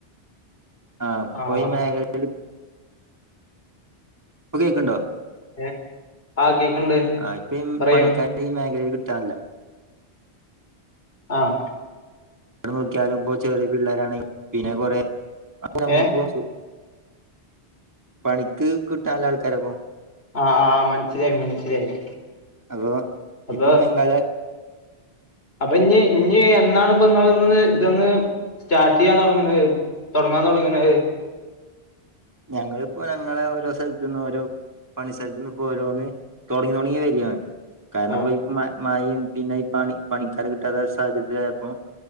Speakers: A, on the right; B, on the left.
A: ആഹ്
B: ആ
A: ഇപ്പോ ഈ മേഖലയില്
B: ആ
A: ഇപ്പൊ കേക്ക്ണ്ടോ
B: ഏ ആ കേക്ക്ണ്ട്
A: ആ ഇപ്പൊ
B: പറയൂ
A: പണിക്കാരെ ഈ മേഖലയിൽ കിട്ടാനില്ല
B: ആഹ്
A: അവിടെ നോക്കിയാലും ഇപ്പോ ചെറിയ പിള്ളോരണ് പിന്നെ കൊറെ അപ്പോ ഞമ്മക്ക്
B: ഏ
A: പണിക്ക് കിട്ടൻല്ല ആൾക്കാരെപ്പ
B: ആഹ് ആഹ് മൻസ്സിലായി മൻസ്സിലായി
A: അപ്പൊ
B: അപ്പൊ
A: ഇപ്പൊ ബംഗാള
B: അപ്പൊ ഇഞ്ഞ് ഇഞ് എന്നാണ് ഇപ്പൊ നിങ്ങ ഇതന്ന് സ്റ്റാർട്ട് ചെയ്യാൻ തുടങ്ങണത് തൊടങ്ങാൻ തുടങ്ങ്ണെ
A: ഞങ്ങളിപ്പോ ഞങ്ങളെ ഓരോ സ്ഥലത്ത നിന്നും ഓരോ പണി സ്ഥലത്തുന്ന് ഇപ്പോ ഓരോന്ന് തൊടങ്ങി തൊടങ്ങി വരണ് കാരണം
B: ആ
A: ഇപ്പൊ ഇപ്പ മാഴിം പിന്നെ ഈ പണി പണിക്കാരെ കിട്ടാതാ സഹചര്യത്തിലായപ്പം